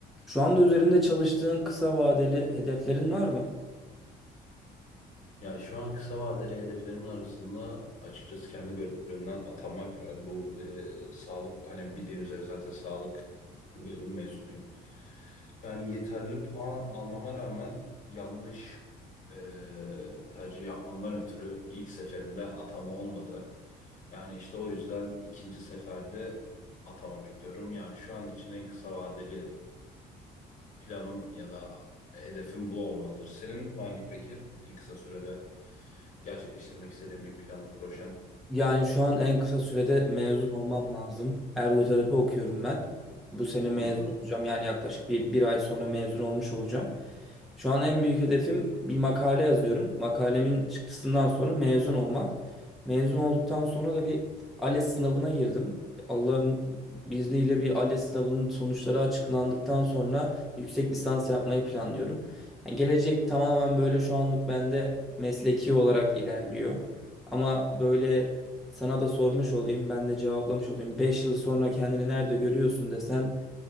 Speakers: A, in the centre; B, on the left (about 45°).
A: Şu anda üzerinde çalıştığın kısa vadeli hedeflerin var mı?
B: Yani şu an kısa vadeli hedeflerimin arasında açıkçası kendi bölümümden atanmak var. Yani Bu e, sağlık hani bildiğiniz üzere zaten sağlık bölüm mezunuyum. Yani yeterli puan almama rağmen yanlış e, tercih yapmamdan ötürü ilk seferinde atama olmadı. Yani işte o yüzden ikinci seferde atama bekliyorum. Yani şu an için en kısa vadeli planım ya da hedefim bu olmalıdır. Senin var mı peki en kısa sürede? Gerçekleştirmek istediğin bir planın, projen.
A: Yani şu an en kısa sürede mezun olmam lazım. Ergoterapi okuyorum ben. Bu sene mezun
B: Hı hı.
A: olacağım. Yani yaklaşık bir, bir ay sonra mezun olmuş olacağım. Şu an en büyük hedefim bir makale yazıyorum. Makalemin çıktısından sonra mezun olmak. Mezun olduktan sonra da bir ALES sınavına girdim. Allah'ın izniyle bir ALES sınavının sonuçları açıklandıktan sonra yüksek lisans yapmayı planlıyorum. Yani gelecek tamamen böyle şu anlık bende mesleki olarak ilerliyor. Ama böyle sana da sormuş olayım, ben de cevaplamış olayım. 5 yıl sonra kendini nerede görüyorsun desen